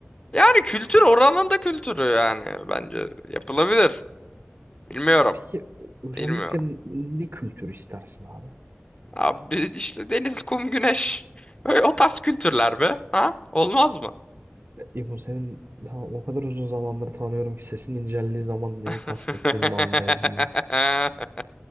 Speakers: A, on the left; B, on the right.
A: Yani kültür oranın da kültürü yani. Bence yapılabilir. Bilmiyorum.
B: peki özellikle
A: Bilmiyorum.
B: ne kültür istersin abi?
A: Abi işte deniz, kum, güneş. Öyle o tarz kültürler be. Ha? Olmaz mı?
B: İbo senin ha, o kadar uzun zamandır tanıyorum ki sesin inceldiği zaman neyi
A: <laughs>
B: kastettiğini de anlayabiliyorum.